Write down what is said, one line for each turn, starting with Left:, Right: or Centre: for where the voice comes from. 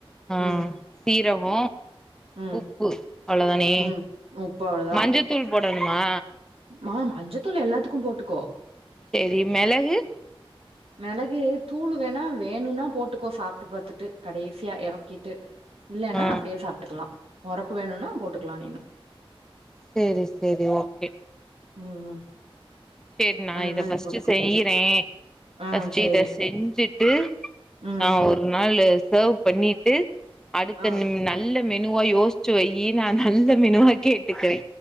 Centre: அ
Right: ம்
Centre: சீரகோ
Right: ம்
Centre: உப்பு அவ்ளோவுதானே
Right: ம் உப்பு அவ்ளோதா
Centre: மஞ்சத்தூள் போடணுமா
Right: மா மஞ்சத்தூள் எல்லாத்துக்கு போட்டுக்கோ
Centre: செரி மெளகு
Right: மெளகு தூள் வேணா வேணும்னா போட்டுக்கோ சாப்பிட்டு பாத்துட்டு கடைசியா இறக்கிட்டு இல்லன்னா
Centre: ஆ
Right: அப்படியே சாப்ட்டுக்கலா ஒறப்பு வேணுன்னா போட்டுக்கலா நீனு
Centre: சேரி சேரி ஓகே
Right: ம் ம்
Centre: சேரி நா
Right: அந்த
Centre: இத
Right: மாரி
Centre: ஃபஸ்ட்
Right: போட்டுக்கோ
Centre: செய்யறே
Right: ஆ
Centre: ஃபஸ்ட்
Right: சேரி
Centre: இத செஞ்சுட்டு
Right: ம்
Centre: நா ஒரு ஒரு நாளு சேவ் பண்ணிட்டு அடுத்த
Right: ஆ
Centre: நல்ல மெனுவா யோசிச்சு வெய்யி நா நல்ல மெனுவா கேட்டுக்கிறே